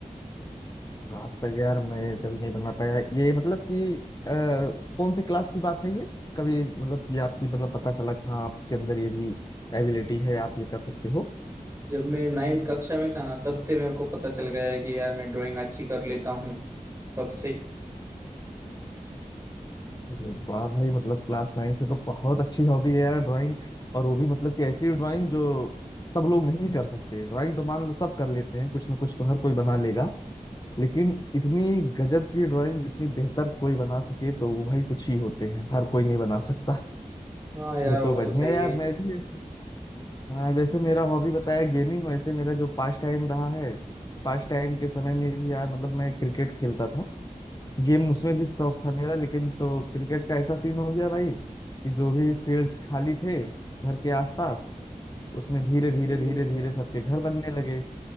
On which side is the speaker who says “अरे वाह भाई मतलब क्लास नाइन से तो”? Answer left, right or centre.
Left